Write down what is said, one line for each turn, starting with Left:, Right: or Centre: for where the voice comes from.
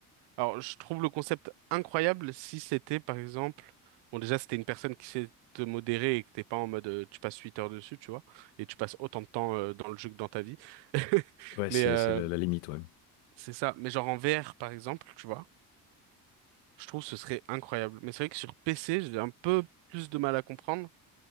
Right: alors, je trouve le concept incroyable si c'était, par exemple, bon, déjà, c'était une personne qui sait te modérer et que t'es pas en mode, euh, tu passes 8 heures dessus, tu vois, et tu passes autant de temps euh, dans le jeu que dans ta vie. <laughs>
Left: Ouais,
Right: Mais
Left: c'est
Right: euh,
Left: c'est la, la limite, ouais.
Right: c'est ça. Mais genre en VR, par exemple, tu vois, je trouve que ce serait incroyable. Mais c'est vrai que sur PC, j'ai un peu plus de mal à comprendre